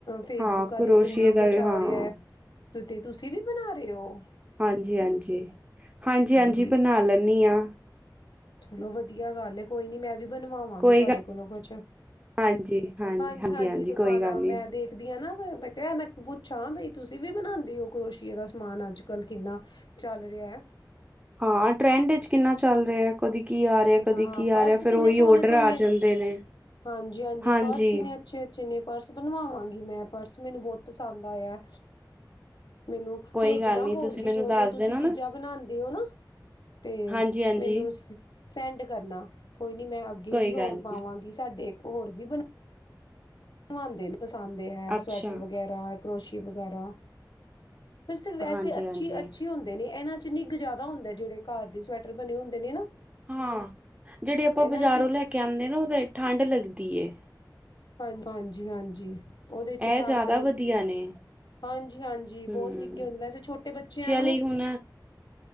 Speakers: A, on the left; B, on the right.
A: ਫੇਸਬੁੱਕਾਂ
B: ਹਾਂ ਕਰੋਸ਼ੀਏ
A: ਤੇ ਕਿੰਨਾ
B: ਦਾ
A: ਕੁਛ
B: ਵੀ,
A: ਆ
B: ਹਾਂ
A: ਰਿਆ ਤੇ ਤੇ ਤੁਸੀਂ ਵੀ ਬਣਾ ਰਹੇ ਓ।
B: ਹਾਂਜੀ-ਹਾਂਜੀ। ਹਾਂਜੀ-ਹਾਂਜੀ
A: ਬੜੀ
B: ਬਣਾ ਲੈਂਣੀ ਆਂ।
A: ਚਲੋ ਵਧੀਆ ਗੱਲ ਐ, ਕੋਈ ਨੀ ਮੈਂ ਵੀ ਬਣਵਾਂਵਾਗੀ
B: ਕੋਈ
A: ਤੁਹਾਡੇ
B: ਗੱਲ
A: ਕੋਲੋਂ ਕੁਛ
B: ਹਾਂਜੀ ਹਾਂਜੀ
A: ਹਾਂਜੀ-ਹਾਂਜੀ
B: ਹਾਂਜੀ ਹਾਂਜੀ
A: ਦਿਖਾਣਾ
B: ਕੋਈ ਗੱਲ ਨਹੀਂ
A: ਮੈਂ ਦੇਖ ਦੀਆਂ ਨਾ ਮੈਂ ਕਿਹਾ, ਮੈਂ ਪੁੱਛਾਂ ਬਈ ਤੁਸੀਂ ਵੀ ਬਣਾਉਦੇ ਹੋ। ਕਰੋਸੀ਼ਏ ਦਾ ਸਮਾਨ ਅੱਜ ਕੱਲ ਕਿੰਨਾ ਚੱਲ ਰਿਐ।
B: ਹਾਂ, ਟਰੈਂਡ ਵਿੱਚ ਕਿੰਨਾ ਚੱਲ ਰਿਹਾ। ਕਦੇ ਕੀ ਆ ਰਿਹਾ-ਕਦੇ
A: ਹੋਰ ਹਾਂ
B: ਕੀ
A: ਪਰਸ
B: ਆ ਰਿਹਾ, ਫੇਰ
A: ਕਿੰਨੇ
B: ਉਹੀ
A: ਸੋਹਣੇ-ਸੋਹਣੇ
B: ਔਡਰ ਆ ਜਾਂਦੇ ਨੇ।
A: ਹਾਂਜੀ-ਹਾਂਜੀ
B: ਹਾਂਜੀ
A: ਪਰਸ ਕਿੰਨੇ ਅੱਛੇ-ਅੱਛੇ ਨੇ ਪਰਸ ਬਣਵਾਵਾਂਗੀ, ਮੈਂ ਪਰਸ ਮੈਨੂੰ ਬਹੁਤ ਪਸੰਦ ਆਇਆ। ਮੈਨੂੰ
B: ਕੋਈ
A: ਭੇਜਣਾ
B: ਗੱਲ ਨਹੀਂ
A: ਹੋਰ
B: ਤੁਸੀਂ
A: ਵੀ,
B: ਮੈਨੂੰ
A: ਜੋ
B: ਦੱਸ
A: ਜੋ ਤੁਸੀਂ
B: ਦੇਣਾ
A: ਚੀਜ਼ਾਂ
B: ਨਾ
A: ਬਣਾਂਦੇ ਓ ਨਾ। ਤੇ
B: ਹਾਂਜੀ ਹਾਂਜੀ
A: ਮੈਨੂੰ ਸੈਂਡ ਕਰਨਾ। ਕੋਈ ਨੀ ਮੈਂ ਅੱਗੇ
B: ਕੋਈ
A: ਵੀ ਹੋਰ
B: ਗੱਲ ਨਹੀਂ
A: ਪਾਵਾਂਗੀ, ਸਾਡੇ ਇੱਕ ਹੋਰ ਵੀ ਬ ਮੈਨੂੰ ਪਸੰਦ ਐ,
B: ਅੱਛਾ
A: ਸਵੈਟਰ ਵਗੈਰਾ ਕਰੋਸ਼ੀ ਵਗੈਰਾ। ਵਸ ਵੈਸੇ
B: ਹਾਂਜੀ
A: ਅੱਛੀ
B: ਹਾਂਜੀ
A: ਅੱਛੇ ਹੁੰਦੇ ਨੇ ਇਹਨਾਂ ਚ ਨਿੱਘ ਜਿਆਦਾ ਹੁੰਦਾ। ਜਿਹੜੇ ਘਰ ਸਵੈਟਰ ਬਣੇ ਹੁੰਦੇ ਨੇ ਨਾ।
B: ਹਾਂ, ਜੇੜੇ ਆਪਾਂ
A: ਇਹਨਾਂ
B: ਬਾਜ਼ਾਰੋਂ
A: ਚ
B: ਲੈ ਕੇ ਆਂਦੇ ਨਾ, ਓਦੇ ਚ ਤਾਂ ਠੰਢ ਲੱਗਦੀ ਏ।
A: ਹਾਂ ਹਾਂਜੀ-ਹਾਂਜੀ ਉਦੇ ਚ
B: ਇਹ
A: ਠੰਡ
B: ਜ਼ਿਆਦਾ ਵਧੀਆ ਨੇ
A: ਹਾਂਜੀ-ਹਾਂਜੀ
B: ਹੂੰ
A: ਬਹੁਤ ਨਿੱਘੇ ਹੁੰਦੇ, ਵੈਸੇ ਛੋਟੇ ਬੱਚਿਆਂ ਨੂੰ
B: ਲਈ ਹੁਣ